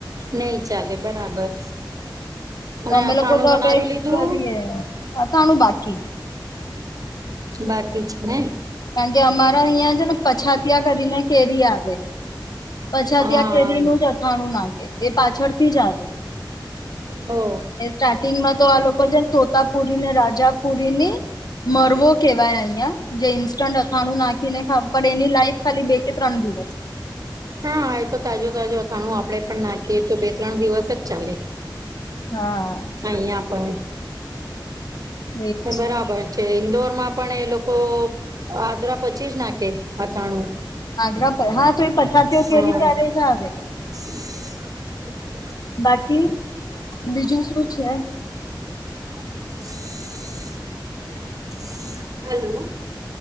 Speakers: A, on the right; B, on the left.
A: નહી ચાલે બરાબર અને
B: અમે
A: અથાણું
B: લોકો તો
A: બનાવી
B: હવે
A: લીધું
B: કરિએ અથાણું બાકી
A: બાકી છે ને.
B: કારણ કે અમારા અહિયાં છે ને પછાતયા કરીને કેરી આવે. પછાત્યાં
A: હા
B: કેરીનું જ અથાણું નાખે એ પાછળથી જ આવે
A: હો
B: એ સ્ટાર્ટિંગમાં તો આ લોકો જે તોતાપુરીને, રાજાપુરીની મરવો કહેવાય અહિયાં જે ઈન્સ્ટન્ટ અથાણું નાખીને ખાવ પણ એની લાઈફ ખાલી બે કે ત્રણ દિવસ.
A: હા એ તો તાજો તાજો હત ખાણું આપડે પણ નાખીએ તો બે. ત્રણ દિવસ જ ચાલે
B: હા
A: અહયા પણ.
B: એજ
A: બરાબર છે. ઇન્દોર માં પણ એ લોકો આદ્ર પછી જ નાખે આથાણું.
B: આગ્ર હા તો એ પછા છે. કે
A: હા.
B: ર ત્યારે જ આવે.
A: <unintelligible>
B: બાકી બીજું શું છે.
A: <unintelligible> હલો.